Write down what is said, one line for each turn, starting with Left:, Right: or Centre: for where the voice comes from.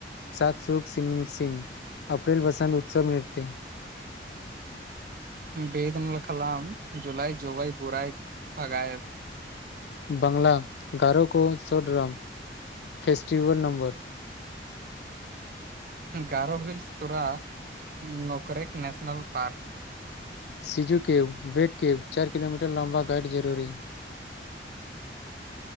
Left: सात सुख सिम सिम अप्रैल बसत उत्सव नृत्य
Right: बेदनलकलाम जुलाई जबई बुराई भगायब
Left: बंगला गारो को छोड़ रह festival number
Right: Garo hills Tura Nokrek national park
Left: Siju cave वेट कब चार किलोमीटर लम्बा गाइड जरूरी